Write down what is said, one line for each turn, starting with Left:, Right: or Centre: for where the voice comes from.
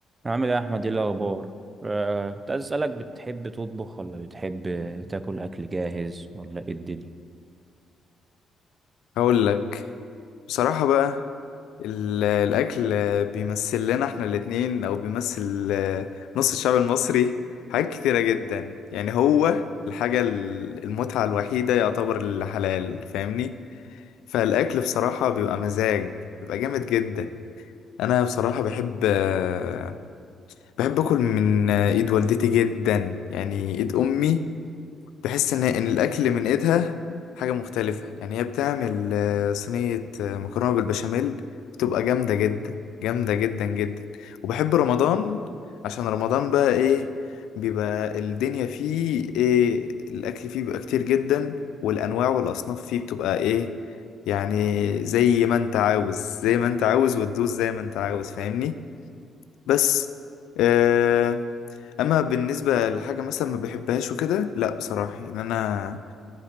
Right: عامل ايه يا احمد ايه الاخبار آه كنت عايز اسالك بتحب تطبخ ولا بتحب تاكل اكل جاهز ولا ايه الدنيا
Left: هقول لك بصراحة بقى ال- الأكل بيمثل لنا احنا الاتنين أو بيمثل آه، نص الشعب المصري حاجات كتيرة جدا يعني هو الحاجة ال- المتعة الوحيدة يعتبر الحلال فاهمني فالأكل بصراحة بيبقى مزاج بيبقى جامد جدا أنا بصراحة بحب آه، بحب أكل من آه، إيد والدتي جدا يعني إيد أمي تحس ان ان الاكل من ايدها حاجه مختلفه يعني هي بتعمل آه، صينيه آه، مكرونه بالبشاميل بتبقى جامده جدا جامده جدا جدا وبحب رمضان عشان رمضان بقى ايه بيبقى الدنيا فيه ايه الاكل فيه بيبقى كتير جدا والانواع والاصناف فيه بتبقى ايه يعني زي ما انت عاوز زي ما انت عاوز وتدوس زي ما انت عاوز فاهمني بس آه اما بالنسبه لحاجه مثلا ما بحبهاش وكده لا بصراحه يعني انا